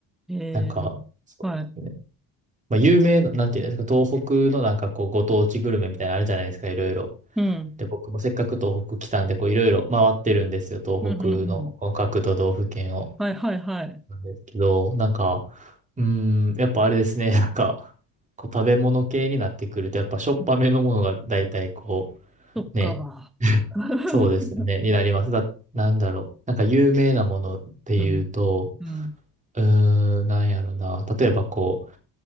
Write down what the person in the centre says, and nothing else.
えー、
はい。
うん。
うん、うん、うん。
はいはいはい。
うんそっか。
<laughs>
うん。うん。